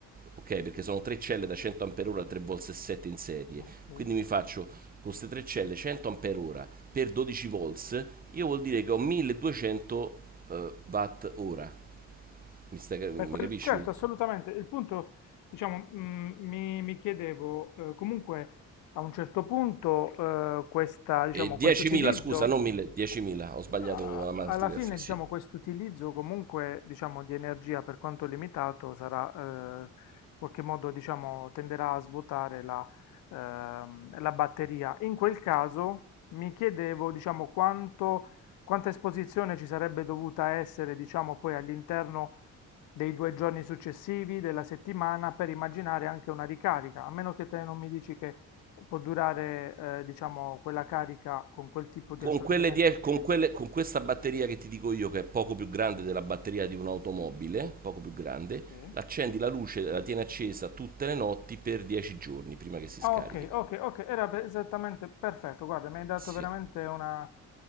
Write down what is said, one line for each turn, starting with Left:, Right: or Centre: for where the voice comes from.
Right: ok? Perché sono tre celle da 100 ampere ora, 3 volts e 7 in serie,
Left: ok.
Right: quindi mi faccio con queste tre celle 100 ampere ora per 12 volts, io vuol dire che ho 1200 eh, watt ora. Mi, stai, cap- mi
Left: Beh, quel-
Right: capisci?
Left: certo, assolutamente. Il punto, diciamo, mm, mi, mi chiedevo, eh, comunque a un certo punto eh, questa, diciamo,
Right: E
Left: questo
Right: 10.000,
Left: utilizzo.
Right: scusa, non 1.000, 10.000, ho sbagliato
Left: A-
Right: la moltiplicazione,
Left: Alla fine, diciamo,
Right: sì.
Left: questo utilizzo comunque, diciamo, di energia per quanto limitato sarà, eh, in qualche modo, diciamo, tenderà a svuotare la, ehm, la batteria. In quel caso mi chiedevo, diciamo, quanto, quanta esposizione ci sarebbe dovuta essere, diciamo, poi all'interno dei due giorni successivi della settimana per immaginare anche una ricarica, a meno che te non mi dici che può durare, eh, diciamo, quella carica con quel tipo di
Right: Con,
Left: assorbimento.
Right: quelle die- con, quelle- con questa batteria che ti dico io, che è poco più grande della batteria di un'automobile, poco più grande,
Left: Sì.
Right: l'accendi la luce, la tieni accesa tutte le notti per 10 giorni prima che si
Left: Ah,
Right: scarichi.
Left: ok, ok, ok, era per- esattamente perfetto. Guarda, mi hai dato
Right: Sì,
Left: veramente una,